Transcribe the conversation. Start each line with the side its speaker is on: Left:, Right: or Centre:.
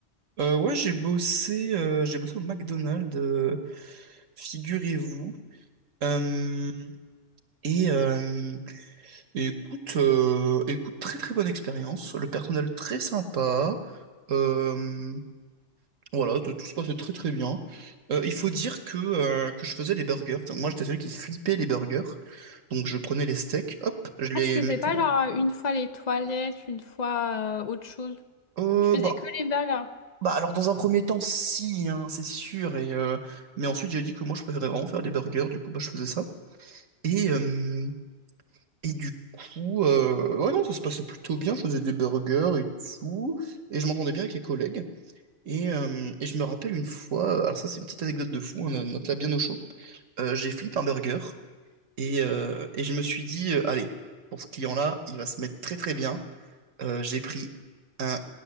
Right: Euh, ouais, j'ai bossé, euh, j'ai bossé au McDonald's, euh, figurez-vous. Euh, et, euh, et écoute, euh, écoute, très très bonne expérience. Le personnel très sympa. Euh, voilà, tout, tout se passait très très bien. Euh, il faut dire que, euh, que je faisais les burgers. Donc, moi, j'étais celui qui flippait les burgers. Donc, je prenais les steaks, hop, je les
Left: Ah, tu faisais
Right: mettais
Left: pas
Right: dans.
Left: genre une fois les toilettes, une fois euh, autre chose.
Right: Euh,
Left: Tu faisais
Right: bah,
Left: que les burgers.
Right: Bah alors dans un premier temps si hein, c'est sûr et euh, mais ensuite j'ai dit que moi je préférais vraiment faire des burgers du coup bah je faisais ça et euh, et du coup euh, ouais non ça se passait plutôt bien je faisais des burgers et tout et je m'entendais bien avec les collègues et, euh, et je me rappelle une fois euh, alors ça c'est une petite anecdote de fou hein, euh, note-la bien au chaud Euh, j'ai flippé un burger et, euh, et je me suis dit, euh, allez, pour ce client-là, il va se mettre très très bien. Euh, j'ai pris un,